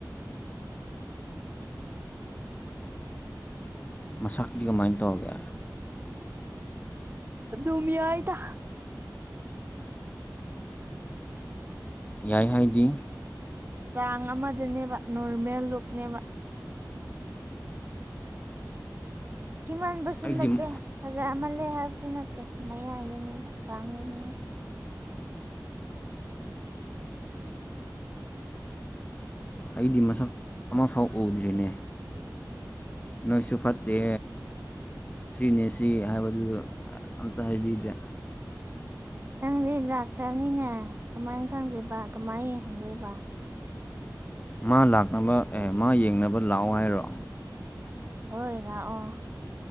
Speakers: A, on the left; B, on the right.
A: ꯃꯁꯛꯇꯤ ꯀꯃꯥꯏꯅ ꯇꯧꯒꯦ꯫
B: ꯑꯗꯨꯝ ꯌꯥꯏꯗ꯫
A: ꯌꯥꯏ ꯍꯥꯏꯗꯤ꯫
B: ꯆꯥꯡ ꯑꯃꯗꯅꯦꯕ ꯅꯣꯔꯃꯦꯜ ꯂꯨꯛꯅꯦꯕ꯫ ꯊꯤꯃꯟꯕꯁꯨ
A: ꯑꯩꯗꯤ
B: ꯅꯠꯇꯦ ꯐꯖꯃꯜꯂꯦ ꯍꯥꯏꯕꯁꯨ ꯅꯠꯇꯦ ꯃꯌꯥꯏꯗꯅꯦꯕ ꯆꯥꯡꯗꯅꯦꯕ꯫
A: ꯑꯩꯗꯤ ꯃꯁꯛ ꯑꯃꯐꯥꯎ ꯎꯗ꯭ꯔꯤꯅꯦ꯫ ꯅꯣꯏꯁꯨ ꯐꯠꯇꯦ꯫ ꯁꯤꯅꯦ ꯁꯤ ꯍꯥꯏꯕꯗꯨꯒ ꯑꯝꯇ ꯍꯥꯏꯕꯤꯗꯦ꯫
B: ꯅꯪꯗꯤ ꯂꯥꯛꯇꯕꯅꯤꯅ ꯀꯃꯥꯏꯅ ꯈꯪꯗꯨꯏꯕ ꯀꯃꯥꯏꯅ ꯌꯦꯡꯍꯟꯗꯨꯏꯕ꯫
A: ꯃꯥ ꯂꯥꯛꯅꯕ ꯑꯦ ꯃꯥ ꯌꯦꯡꯅꯕ ꯂꯥꯛꯑꯣ ꯍꯥꯏꯔꯣ꯫
B: ꯍꯣꯏ ꯂꯥꯛꯑꯣ꯫